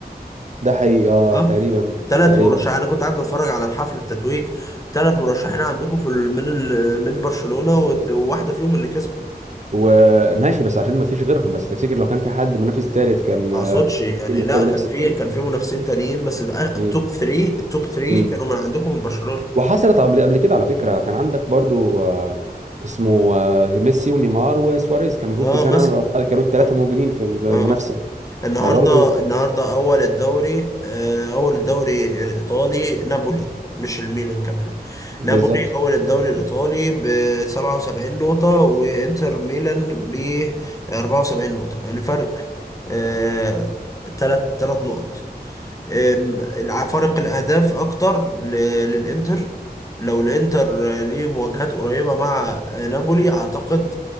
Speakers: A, on the right (about 45°); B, on the left (about 20°).
A: ده حقيقي اه
B: ها
A: تقريبا
B: ثلاث
A: تقريبا
B: مرشحين انا كنت قاعد بتفرج على الحفل التتويج ثلاث مرشحين عندكم في ال- من ال... من برشلونة وت- وواحدة فيهم اللي كسبت
A: وماشي بس عشان ما فيش غيرهم بس تفتكر لو كان في حد منافس ثالث كان
B: ما
A: آه،
B: اقصدش يعني
A: ممكن يختار
B: لا
A: منافس
B: كان في
A: الثالث
B: كان في منافسين تانيين بس ده- التوب
A: امم
B: 3 التوب 3
A: امم
B: كانوا من عندكم من برشلونة
A: وحصلت قبل قبل كده على فكره كان عندك برضو آه، اسمه آه، ميسي ونيمار وسواريز كانوا
B: اه
A: جم في سنه
B: مثلا
A: آه، كانوا الثلاثه
B: اه
A: موجودين في المنافسه
B: اه آه. النهارده
A: فبرضو
B: النهارده اول الدوري آه، اول الدوري الايطالي نابولي مش الميلان كمان
A: بالظبط
B: نابولي اول الدوري الايطالي ب 77 نقطه وانتر ميلان ب 74 نقطه يعني فرق آه، تلات تلات نقط آم، الع- فرق الاهداف اكتر ل- للانتر لو الانتر آه، ليه مواجهات قريبه مع آه، نابولي اعتقد